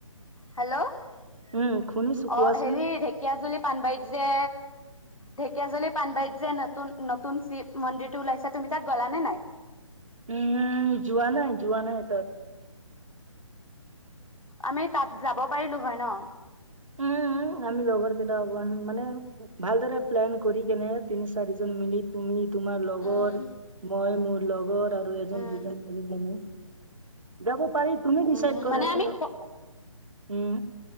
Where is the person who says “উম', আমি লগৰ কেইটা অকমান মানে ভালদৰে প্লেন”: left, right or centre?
Right